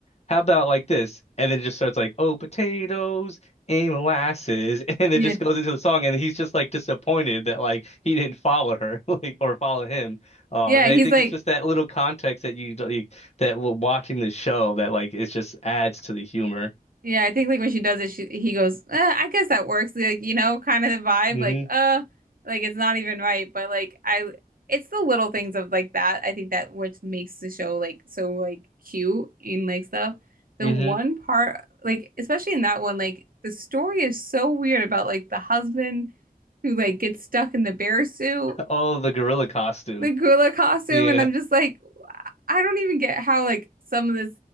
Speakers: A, on the left (about 45°); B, on the right (about 65°).
A: how about like this and then it just starts like oh potatoes and molasses <laughs> and
B: Yeah.
A: it just goes into the song and he's just like disappointed that like he didn't follow her <laughs> like or follow him um
B: Yeah,
A: and I
B: he's
A: think
B: like
A: it's just that little context that you like, that w- watching the show that like it just adds to the humor.
B: Yeah, I think like when she does it, she he goes, uh, I guess that works, like you know, kind of the vibe,
A: hmm
B: like uh, like it's not even right, but like I, it's the little things of like that. I think that which makes the show like so like cute and like stuff. The
A: hmm
B: one part, like especially in that one, like the story is so weird about like the husband who like gets stuck in the bear suit,
A: Oh, the gorilla costume.
B: the gorilla costume,
A: Yeah.
B: and I'm
A: <laughs>
B: just like, I don't even get how like some of this